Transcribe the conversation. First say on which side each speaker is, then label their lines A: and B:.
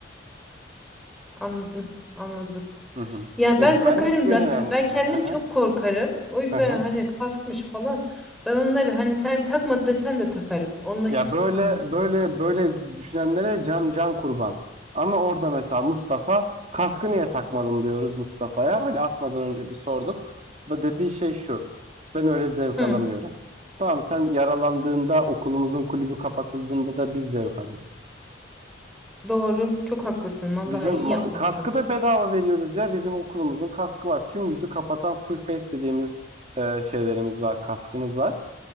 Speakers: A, in the centre; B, on the right.
A: Anladım. Anladım.
B: Hı hı.
A: Ya
B: Ya
A: ben
B: güvenlik
A: takarım
B: bu
A: zaten.
B: en önemlisi.
A: Ben kendim
B: Hı hı.
A: çok korkarım. O yüzden
B: Hı hı.
A: hani kaskmış falan. Ben onları hani sen takma desen de takarım. Onunla hiçbir
B: Ya böyle
A: sıkıntı yok.
B: böyle böyle düşünenlere can can kurban. Ama orada mesela Mustafa kaskı niye takmadın diyoruz Mustafa'ya. Hani atmadan önce bir sorduk. Ve dediği şey şu. Ben öyle zevk
A: Hı,
B: alamıyorum. Tamam sen yaralandığında okulumuzun kulübü kapatıldığında da biz zevk alırız.
A: doğru. Çok haklısın. Vallahi
B: Bizim
A: iyi
B: ma-
A: yapmışsın.
B: kaskı da bedava veriyoruz ya. Bizim okulumuzun kaskı var. Tüm yüzü kapatan full face dediğimiz e, şeylerimiz var, kaskımız var.